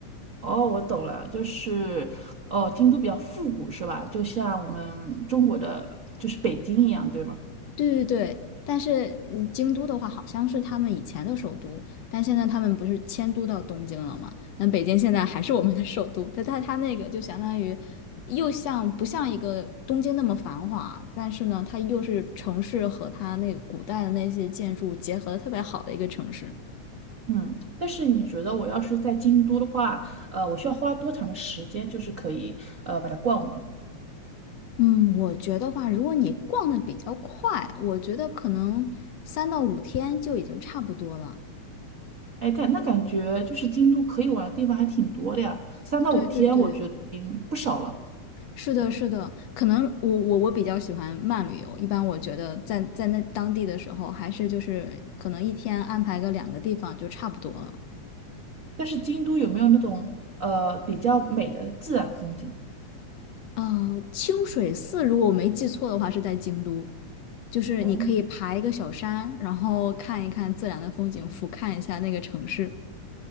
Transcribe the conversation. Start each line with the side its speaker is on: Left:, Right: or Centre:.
Right: 哦，我懂了，就是，哦，京都比较复古是吧？就像我们中国的，就是北京一样，对吗？
Left: 对对对，但是嗯京都的话好像是他们以前的首都，但现在他们不是迁都到东京了吗？那北京现在还是我们的首都，但它它那个就相当于又像不像一个东京那么繁华，但是呢，它又是城市和它那个古代的那些建筑结合的特别好的一个城市。
Right: 嗯，但是你觉得我要是在京都的话，呃，我需要花多长的时间，就是可以呃把它逛完？
Left: 嗯，我觉得话，如果你逛的比较快，我觉得可能三到五天就已经差不多了。
Right: 哎，感那感觉就是京都可以玩的地方还挺多的呀，三到五天我觉得已经不少了。
Left: 对对对。是的，是的，可能我我我比较喜欢慢旅游。一般我觉得在在那当地的时候，还是就是可能一天安排个两个地方就差不多了。
Right: 但是京都有没有那种呃比较美的自然风景？
Left: 呃，清水寺如果我没记错的话是在京都，就是你可以爬一个小山，
Right: 哦
Left: 然后看一看自然的风景，俯瞰一下那个城市。